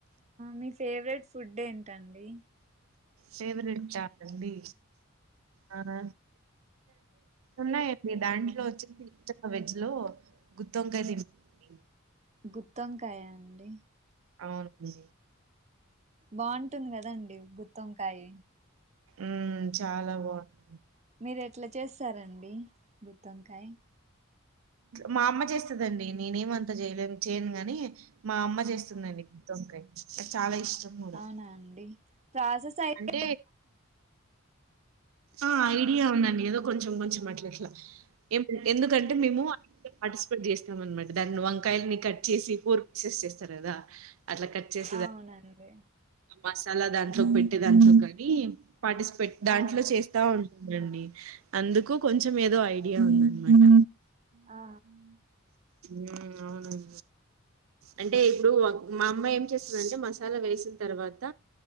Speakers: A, on the right; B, on the right.
A: మీ ఫేవరెట్ ఫుడ్ ఏంటండి
B: ఫేవరేట్ హ అండి హా ఉన్నాయండి దాంట్లో వచ్చే ఇ వెజ్ లో గుత్తి వంకాయ తింపి
A: గుత్తంకాయా అండి
B: అవునండి
A: బాగుంటుంది కదండి గుర్ గుత్తవంకయ్
B: ఉమ్ చాలా బాగుంది
A: మీరే అట్లా చేస్తారంండి గుత్తంకాయ
B: మా అమ్మ చేస్తదండి నేనేమంత చేయలే చేయను గాని మా అమ్మ చేస్తుందండి గుత్తొంకాయ్ నాకు చాలా ఇష్టం కూడా
A: అవునా అండి ప్రాసెస్ అయితే
B: అంటే ఆ ఐడియా ఉందండి ఏదో కొంచెం కొంచెం అట్లాట్లా ఎందుకంటే మేము పార్టిసిపేట్ చేస్తాం అనమాట దాన్ని వంకాయలని కట్ చేసి ఫోర్ పిక్సెస్ చేస్తారు కదా అట్లా కట్ చేసి
A: అవునండి
B: మసాలా దాంట్లో
A: ఆ
B: పెట్టే దాంట్లో కాని పాటిసిపెట్
A: ఆ
B: దాంట్లో చేస్త ఉంటుండి అందుకు కొంచెం ఏదో ఐడియా ఉందనమాట
A: ఆ
B: ఆ అవునండి అంటే ఇప్పుడు మా అమ్మ ఏం చేస్తుందంటే మసాలా వేసిన తర్వాత